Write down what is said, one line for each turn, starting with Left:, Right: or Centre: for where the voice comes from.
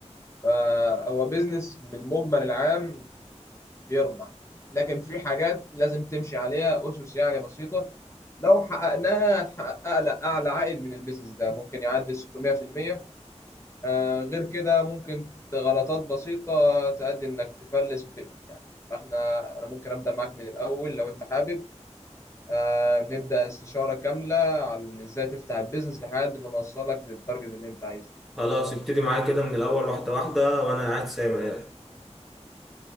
Left: فهو بيزنس بالمجمل العام بيربح لكن في حاجات لازم تمشي عليها أسس يعني بسيطة لو حققناها هتحقق أعلى أعلى عائد من البيزنس ده ممكن يعدي 600% آه غير كده ممكن غلطات بسيطة تؤدي إنك تفلس وتقفل يعني فإحنا أنا ممكن أبدأ معاك من الأول لو أنت حابب آه نبدأ استشارة كاملة عن إزاي تفتح البيزنس لحد ما نوصلك للتارجت اللي أنت عايزه
Centre: خلاص ابتدي معايا كده من الأول واحدة واحدة وأنا قاعد سايب عليها